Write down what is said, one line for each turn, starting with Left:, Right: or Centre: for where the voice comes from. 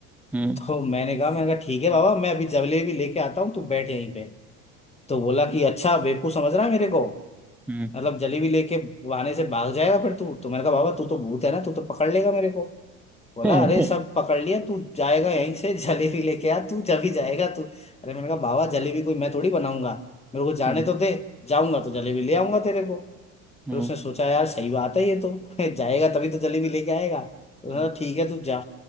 Centre: हम्म
Left: तो मैंने कहा मैंने कहा ठीक है बाबा मैं अभी जलेबी लेके आता हूँ तू बैठ यहीं पे तो बोला कि अच्छा बेवकूफ समझ रहा है मेरे को
Centre: हम्म
Left: मतलब जलेबी लेके बहाने से भाग जाएगा फिर तू तो मैंने कहा बाबा तू तो भूत है ना तू तो पकड़ लेगा मेरे को बोला
Centre: हम्म
Left: अरे सब पकड़ लिया तू जाएगा यहीं से <laughs> जलेबी लेके आ तू जब ही जाएगा तू अरे मैंने कहा बाबा जलेबी कोई मैं थोड़ी बनाऊंगा मेरे को जाने
Centre: हम्म
Left: तो दे जाऊंगा तो जलेबी ले आऊंगा तेरे को
Centre: हम्म
Left: फिर उसने सोचा यार सही बात है ये तो <laughs> जाएगा तभी तो जलेबी लेके आएगा तो उसने
Centre: हम्ब
Left: कहा ठीक है तू जा